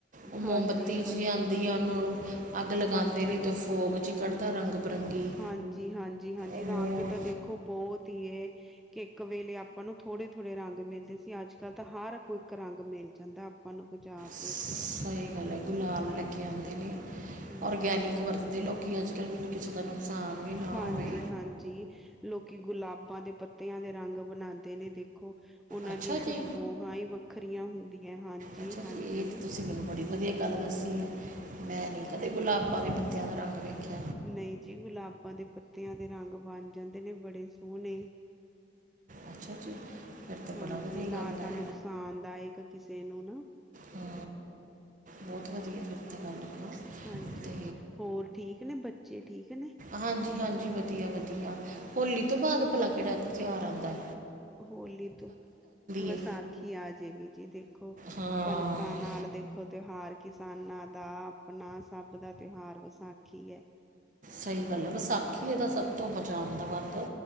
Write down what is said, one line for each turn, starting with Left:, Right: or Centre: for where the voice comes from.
Right: ਓ ਮੋਮਬੱਤੀ
Centre: ਹਾਂਜੀ ਹਾਂਜੀ
Right: ਜੀ ਆਂਦੀ ਆ, ਓਨੂੰ ਅੱਗ ਲਗਾਂਦੇ
Centre: ਹਾਂਜੀ
Right: ਨੇ ਤੇ ਓ ਫੋਗ ਜੀ ਕੜ ਦਾ ਰੰਗ ਬਰੰਗੀ
Centre: ਹਾਂਜੀ, ਹਾਂਜੀ, ਹਾਂਜੀ
Right: ਉਹ
Centre: ਰੰਗ ਤਾਂ ਦੇਖੋ ਬੋਤ ਕਿ ਏ ਇੱਕ ਵੇਲੇ ਆਪਾਂ ਨੂੰ ਥੋੜੇ, ਥੋੜੇ ਰੰਗ ਮਿਲਦੇ ਸੀ। ਅੱਜ-ਕੱਲ ਤਾਂ ਹਾਰ ਕੋਈ ਇੱਕ ਰੰਗ ਮਿਲ ਜਾਂਦਾ ਆਪਾਂ ਨੂੰ ਬਜਾਰ
Right: ਸੲਈ ਗੱਲ ਐ। ਗੁਲਾਲ ਲੈ ਕੇ ਆਂਦੇ ਨੇ
Centre: ਹੂੰ
Right: ਓਰਗੈਨਿਕ ਵਰਤਦੇ ਲੋਕੀ ਅੱਜ-ਕੱਲ, ਵੀ ਕਿਸੇ ਦਾ ਨੁਕਸਾਨ ਵੀ ਨਾ
Centre: ਹਾਂਜੀ
Right: ਹੋਵੇ
Centre: ਹਾਂਜੀ ਲੋਕੀ ਗੁਲਾਬਾਂ ਦੇ ਪੱਤਿਆਂ ਦੇ ਰੰਗ ਬਣਾਂਦੇ ਨੇ ਦੇਖ ਓ ਓਨਾਂ
Right: ਅੱਛਾ
Centre: ਦੀਆਂ
Right: ਜੀ
Centre: ਖੁਸ਼ਬੋਹਾ ਈ ਵੱਖਰੀਆਂ ਹੁੰਦੀਆਂ ਹਾਂਜੀ,
Right: ਅੱਛਾ
Centre: ਹਾਂਜੀ।
Right: ਜੀ ਇਹ ਤਾਂ ਤੁਸੀਂ ਮੈਨੂੰ ਬੜੀ ਵਦੀਆ ਗੱਲ ਦੱਸੀ ਏ। ਮੈਂ ਨੀ ਕਦੇ ਗੁਲਾਬਾਂ ਦੇ ਪ ਤੇਆਂ ਦਾ ਰੰਗ ਵੇਖੇਆ।
Centre: ਨਈ ਜੀ, ਗੁਲਾਬਾਂ ਦੇ ਪੱਤੇਆਂ ਦੇ ਰੰਗ ਬਨ ਜਾਂਦੇ ਨੇ ਬੜੇ ਸੋਨੇ
Right: ਅੱਛਾ ਜੀ। ਫਿਰ ਤਾਂ
Centre: ਹਾਂਜੀ,
Right: ਬੜਾ ਵਧੀਆ
Centre: ਨਾ
Right: ਗੱਲ ਹੈ
Centre: ਤਾਂ ਨੁਕਸਾਨ ਦਾਏਕ ਕਿਸੇ ਨੂੰ ਨਾ,
Right: ਹਾਂ ਬਹੁਤ ਵਧੀਆ ਫਿਰ ਤਾਂ ਗੱਲ ਹੈ ਨਾ
Centre: ਹਾਂਜੀ
Right: ਤੇ
Centre: ਹੋਰ ਠੀਕ ਨੇ ਬੱਚੇ ਠੀਕ ਨੇ?
Right: ਹਾਂਜੀ, ਹਾਂਜੀ ਵਦੀਆ, ਵਦੀਆ ਹੋਲੀ ਤੋਂ ਬਾਦ ਭਲਾ ਕੇੜਾ ਤੇਹੋਰ ਆਂਦਾ ਏ?
Centre: ਹੋਲੀ ਤੋਂ ਵਸਾਖੀ
Right: ਏ
Centre: ਆ ਜਾਏਗੀ ਜੀ ਦੇਖ ਦੇਖੋ
Right: ਹਾਂ
Centre: ਕਨਕਾਂ ਨਾਲ ਦੇਖੋ ਤੇਓਹਾਰ ਕਿਸਾਨਾਂ ਦਾ ਆਪਨਾ ਸਭ ਦਾ ਤੇਓਹਾਰ ਵਸਾਖੀ ਏ।
Right: ਸਹੀ ਗੱਲ ਆ, ਵਸਾਖੀ ਏਦਾ ਸਭ ਤੋਂ ਮਜ਼ਾ ਆਂਦਾ ਵੱਦ